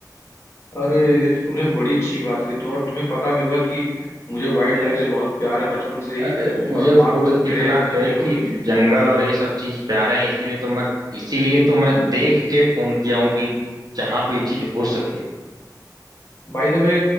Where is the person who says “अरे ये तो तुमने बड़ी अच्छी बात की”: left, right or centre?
Left